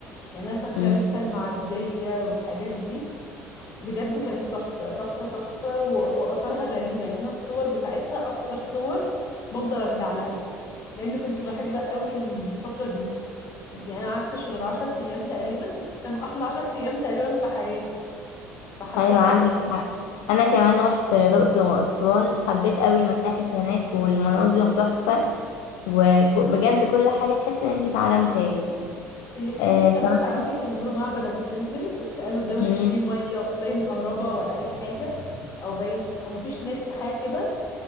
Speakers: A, on the left; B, on the left.
A: يعني انا فاكره
B: مم.
A: لسه المعديه والحاجات دي بجد كانت تحفه تحفه تحفه و- واثارها غريبه يعني انا الصور بتاعتها اكتر صور بفضل ارجع لها لان كنت بحب قوي الفتره دي يعني أنا قعدتش غير 10 ايام تقريبا بس كانوا احلى 10 ايام تقريبا في حياتي فحبيتها
B: ايوه عندك حق انا كمان رحت الاقصر واسوان حبيت قوي المتاحف هناك والمناظر تحفة وبجد كل حاجة تحس ان انت في عالم تاني
A: اللي كان
B: آه
A: نفسي اروحها
B: كمان
A: قوي كانوا بيقولوا معبد ابو سمبل بس قالوا ده ما
B: مم.
A: فيش فيه ميه باين كهرباء ولا اي حاجه او باين او ما فيش نت حاجه كده